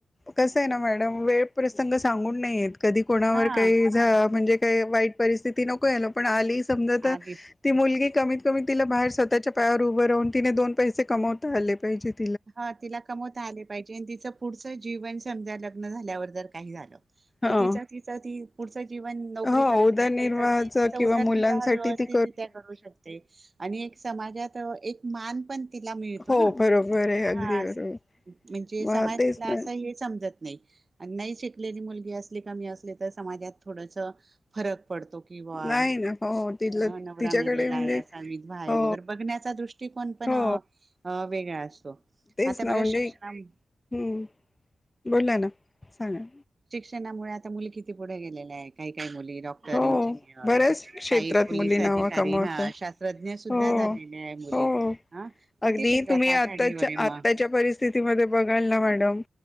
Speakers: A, on the left; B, on the right.
A: कसं आहे ना मॅडम वेळ. प्रसंग सांगून नाहीयेत कधी कोणावर
B: हा
A: काही झा म्हणजे काही वाईट पण परिस्थिती नको यायला पण आली समजा तर
B: आधी
A: ती मुलगी. कमीत कमी तिला बाहेर स्वतःच्या पायावर उभं राहून तिने दोन पैसे कमवता आले पाहिजेत.
B: ह तिला कमवता आले पाहिजे आणि तिचं पुढचं जीवन समजायला. लग्न झाल्यावर जर काही झालं,
A: हो
B: तर तिचं तिचं ती पुढचं जीवन. नोकरी
A: हो
B: करत
A: उदरनिर्वाहाच
B: राहिली तर तिचा
A: किंवा
B: उदरनिर्वाह
A: मुलांसाठी
B: व्यवस्थित
A: ती
B: रित्या करू शकते आणि. समाजात एक मान पण तिला मिळतो
A: हो
B: ना.
A: बरोबर आहे अगदी
B: हा
A: बरोबर
B: अस म्हणजे समाज
A: मग तेच
B: तिला
A: ना
B: असं हे समजत. नाही शिकलेली मुलगी असली का मी असली तर समाजात थोडस फरक तो किं बा
A: नाही ना हो तिला
B: नवरा
A: तिच्याकडे
B: मलेला
A: म्हणजे
B: आहे असा विधवा आहे
A: हो
B: वगैरे बघण्याच्या दृष्टीकोन. पण
A: हो
B: वेगळा असतो
A: तेच
B: आता
A: ना
B: बघा
A: म्हणजे
B: शिक्षण.
A: हम्म बोला ना सांगा.
B: त्याच्यामुळे आता मुली किती पुढे गेले आहे काही काही मुली. डॉक्टर,
A: हो
B: इंजिनियर,
A: बऱ्याच क्षेत्रात
B: काही पोलीस
A: मुली नाव
B: अधिकारी
A: कमवतात
B: हा शास्त्रज्ञ सुधा
A: हो
B: झाला आहे. मुली
A: हो
B: किती
A: अगदी
B: क्षेत्रात.
A: तुम्ही
B: आघाडीवर
A: आताच्या
B: आहे मग
A: आत्ताच्या परिस्थितीमध्ये बघाल ना मॅडम